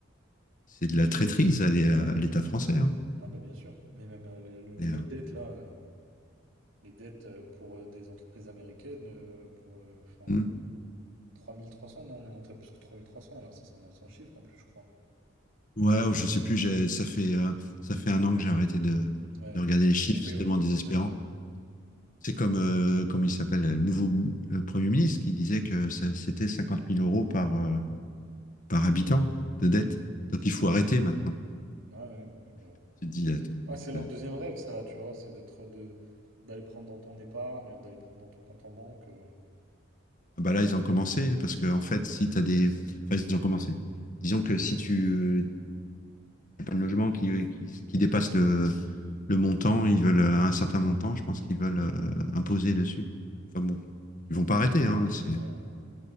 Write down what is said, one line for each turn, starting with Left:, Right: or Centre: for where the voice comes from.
Left: c'est de la traîtrise à l'é- à l'État français. hein.
Right: Ah bah bien sûr. Mais même euh, le, le niveau
Left: Et, euh,
Right: de dette, là, euh, les dettes euh, pour euh, des entreprises américaines, euh, pour. euh, Enfin,
Left: hmm.
Right: 3300 non, on est monté à plus que trois trois mille trois cents là. Ça, c'est un ancien chiffre en plus, je crois.
Left: Ouais, oh, je sais plus. j'ai- Ça fait euh, ça fait un an que j'ai arrêté de
Right: Ouais.
Left: de regarder les chiffres.
Right: De Pompée,
Left: C'est
Right: ouais.
Left: tellement désespérant.
Right: Ouais.
Left: C'est comme euh, comment il s'appelle le nouveau euh, Premier ministre qui disait que ça- c'était 50 000 euros par euh, par habitant de dette. Donc il faut
Right: Ouais,
Left: arrêter maintenant.
Right: ouais, ouais, bah oui, bah.
Left: Tu te dis attends.
Right: Ouais, c'est leur
Left: euh,
Right: deuxième rêve, ça, tu vois. C'est d'être. de d'aller prendre dans ton épargne, d'aller prendre dans ton compte en banque. euh.
Left: Bah là, ils ont commencé, parce que en fait, si tu as des. Enfin, ils ont commencé. Disons que si tu n'as pas de logement qui, qui, qui dépasse le, le montant, ils veulent euh, un certain montant, je pense qu'ils veulent euh, imposer dessus. Enfin bon, ils
Right: Ouais,
Left: vont
Right: bah,
Left: pas
Right: tu-
Left: arrêter, hein. C'est
Right: ouais, ouais.